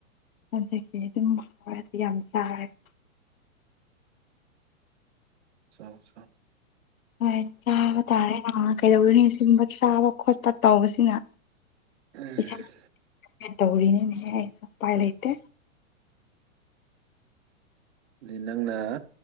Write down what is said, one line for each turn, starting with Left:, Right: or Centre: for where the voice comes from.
Left: <unintelligible>
Right: ꯆꯥꯎ ꯆꯥꯎ
Left: ꯍꯣꯏ ꯆꯥꯕ ꯇꯥꯔꯦ ꯀꯩꯗꯧꯔꯨꯅꯤ ꯁꯤꯒꯨꯝꯕ ꯆꯥꯕ ꯈꯣꯠꯄ ꯇꯧꯕꯁꯤꯅ
Right: ꯎꯝ
Left: ꯏꯁꯥ <unintelligible> ꯇꯧꯔꯤꯅꯦꯅꯦꯍꯦ ꯎꯄꯥꯏ ꯂꯩꯇꯦ
Right: ꯗꯨꯗꯤ ꯅꯪꯅ